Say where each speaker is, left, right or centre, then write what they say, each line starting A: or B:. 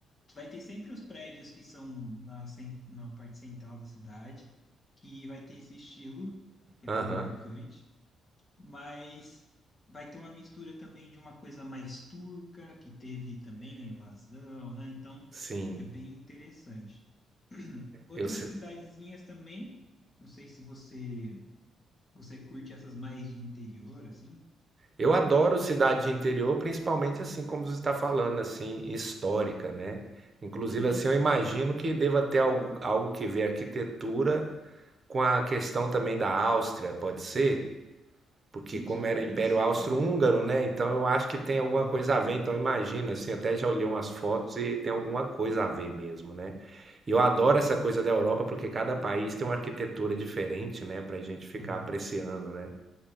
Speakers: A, on the left; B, on the right.
A: vai ter sempre os prédios que são na, cen- na parte central da cidade, que vai ter esse estilo, que
B: Aham,
A: é bem marcante, mas vai ter uma mistura também de uma coisa mais turca, que teve também a invasão, né? Então
B: sim.
A: é bem interessante. Outras
B: Eu, se-
A: cidadezinhas também, não sei se você você curte essas mais de interior, assim?
B: eu adoro cidade de interior, principalmente assim como você está falando, assim, histórica, né? Inclusive,
A: Uhum.
B: assim, eu imagino que deva ter algo, algo que ver arquitetura com a questão também da Áustria, pode ser? Porque
A: Isso,
B: como
A: é
B: era
A: porque
B: Império
A: eles,
B: Austro-Húngaro,
A: né?
B: né? Então eu acho que tem alguma
A: Aham,
B: coisa a ver. Então imagina, assim, até já olhei umas fotos e tem alguma coisa a ver mesmo, né? E eu adoro essa coisa da Europa porque cada país tem uma arquitetura diferente, né? Pra gente ficar
A: aham.
B: apreciando, né?